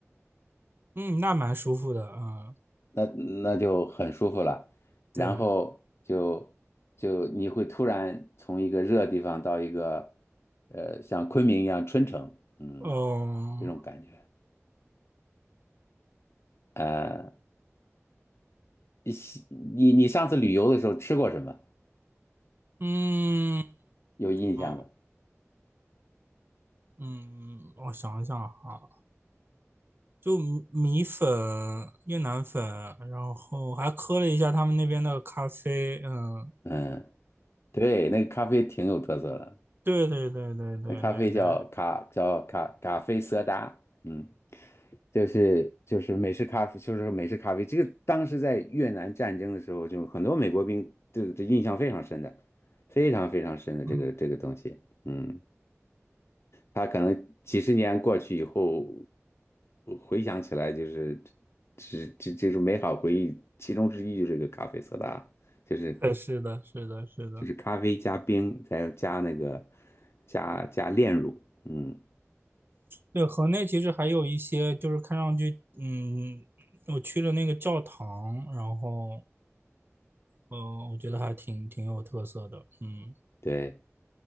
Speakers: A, on the right (about 45°); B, on the left (about 55°).
A: 嗯，那蛮舒服的，嗯，
B: 那那就很舒服了。然后就就你会突然从一个热地方到一个
A: 对，
B: 呃像昆明一样春城，嗯，
A: 哦，
B: 这种感觉。呃，你你你上次旅游的时候吃过什么？
A: 嗯
B: 有印象的？
A: 嗯嗯，我想一想哈。就米米粉、越南粉，然后还喝了一下他们那边的咖啡，嗯
B: 嗯，对，那个咖啡挺有特色的。
A: 对对对对对对对，
B: 那咖啡叫咖叫咖咖啡色达，嗯，就是就是美式咖啡，就是美式咖啡。这个当时在越南战争的时候，就很多美国兵这这印象非常深的，非常非常深的这个这个东西，
A: 嗯，
B: 嗯，他可能几十年过去以后，回想起来就是这这这种美好回忆，其中之一就是这个咖啡色达，就是
A: 呃是的，是的，是的，
B: 就是咖啡加冰，再加那个加加炼乳，嗯，
A: 对，河内其实还有一些，就是看上去，嗯，我去了那个教堂，然后，呃，我觉得还挺挺有特色的，嗯，
B: 对。